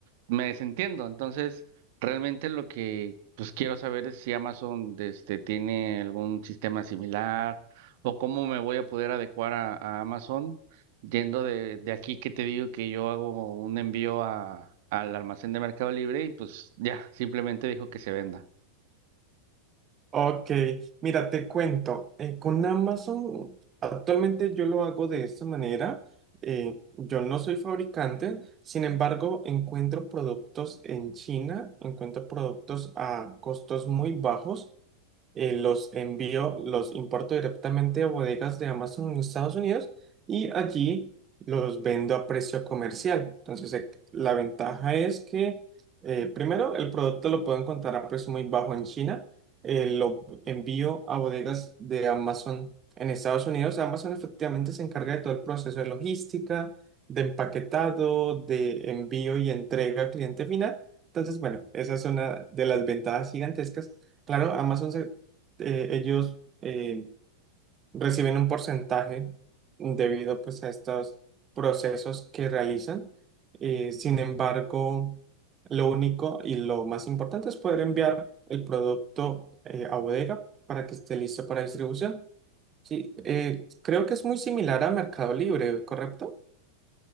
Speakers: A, on the right (about 50°); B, on the right (about 25°).
A: me desentiendo. Entonces, realmente lo que pues quiero saber es si Amazon este, tiene algún sistema similar o cómo me voy a poder adecuar a, a Amazon yendo de, de aquí que te digo que yo hago un envío a, al almacén de Mercado Libre y pues ya, simplemente dijo que se venda.
B: Ok, mira, te cuento, eh, con Amazon actualmente yo lo hago de esta manera. eh, yo no soy fabricante, sin embargo, encuentro productos en China, encuentro productos a costos muy bajos eh, los envío, los importo directamente a bodegas de Amazon en Estados Unidos y allí los vendo a precio comercial. Entonces, eh, la ventaja es que, eh, primero, el producto lo puedo encontrar a precio muy bajo en China, eh, lo envío a bodegas de Amazon en Estados Unidos. Amazon efectivamente se encarga de todo el proceso de logística, de empaquetado, de envío y entrega al cliente final. Entonces, bueno, esa es una de las ventajas gigantescas. Claro, Amazon se eh, ellos eh, reciben un porcentaje debido pues a estos procesos que realizan. Eh, sin embargo, lo único y lo más importante es poder enviar el producto eh, a bodega para que esté listo para distribución. Sí, eh, creo que es muy similar a Mercado Libre, ¿correcto?